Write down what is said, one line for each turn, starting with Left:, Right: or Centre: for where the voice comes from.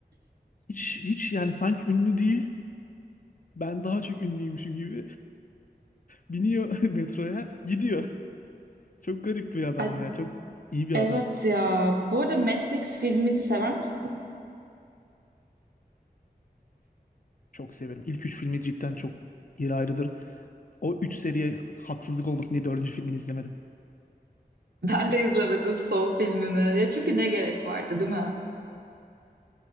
Left: Hiç hiç yani sanki ünlü değil. Ben daha çok ünlüymüşüm gibi. Biniyor <laughs> metroya gidiyor. Çok garip bir adam
Right: <laughs> Ay,
Left: ya. Çok iyi bir
Right: evet
Left: adam.
Right: ya. Bu arada Matrix filmini sever misin?
Left: Çok severim. İlk üç filmi cidden çok yeri ayrıdır. O üç seriye haksızlık olmasın diye dördüncü filmini izlemedim.
Right: Ben de izlemedim son filmini. Ya çünkü ne gerek vardı, değil mi?